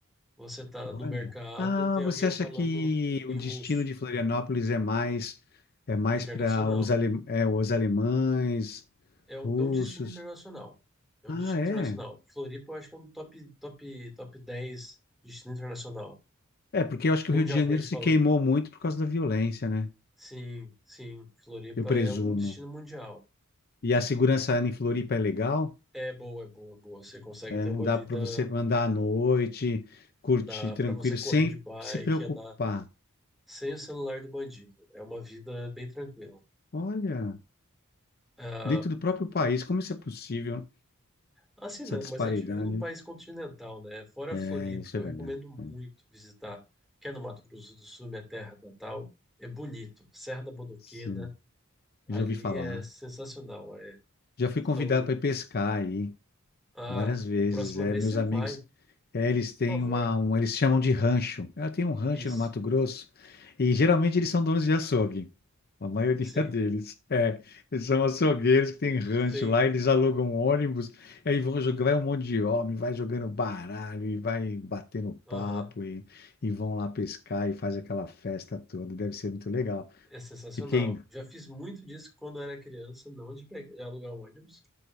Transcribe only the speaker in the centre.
Você tá
no mercado,
tem
alguém
falando
em
russo,
internacional.
É, um-
é um destino internacional. É um
destino
internacional. Floripa, eu acho que é um top, top, top 10 destino internacional,
mundialmente
falando.
Sim, sim, Floripa
é um destino mundial.
É boa, é boa, é boa. Você consegue
ter uma
vida.
Dá
pra você correr
de bike,
andar sem o celular do bandido. É uma vida bem tranquila.
Ah,
assim,
não,
mas a gente vive num país continental, né? Fora
a Floripa,
que eu
recomendo
muito visitar, que é no Mato Grosso do Sul, minha terra natal. É bonito. Serra da Bodoquena,
ali
é sensacional. É,
são.
Ah,
da próxima
vez
você
vai,
por favor.
Isso.
Sim.
Tem.
Aham.
É sensacional.
Já fiz muito disso quando era criança, não de, pegar, de alugar um ônibus,